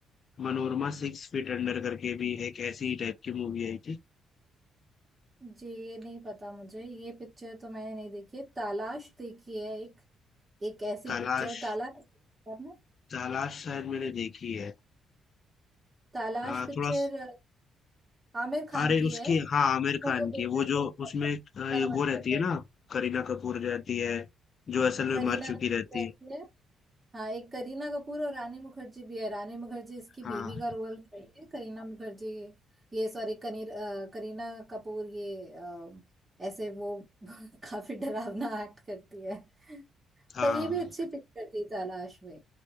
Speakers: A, on the left; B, on the right.
A: Manorama six feet under करके भी एक ऐसी ही टाइप की मूवी आई थी।
B: जी ये नहीं पता मुझे ये पिक्चर तो मैंने नहीं देखी है तालाश देखी है एक एक ऐसी
A: तलाश
B: पिक्चर तालाश देखी आपने
A: तलाश शायद मैंने देखी है।
B: तालाश
A: अ,
B: पिक्चर
A: थोड़ा स
B: आमिर खान
A: अरे
B: की
A: उसकी
B: है
A: हाँ, आमिर
B: उसमें
A: खान
B: जो बेटा
A: की वो जो
B: खो गया
A: उसमें
B: था बेटा
A: अ, ये
B: मर
A: वो
B: जाता
A: रहती है
B: है
A: ना करीना कपूर रहती है, जो
B: करीना
A: असल में मर चुकी
B: कपूर
A: रहती
B: रहती
A: है।
B: है हाँ एक करीना कपूर और रानी मुखर्जी भी है रानी मुखर्जी इसकी बीवी
A: हाँ,
B: का रोल जी। करती है करीना मुखर्जी ये सॉरी कनीर अ, करीना कपूर ये अ, ऐसे वो <laughs> काफी डरावना एक्ट करती है
A: हाँ।
B: पर ये भी अच्छी पिक्चर थी तलाश में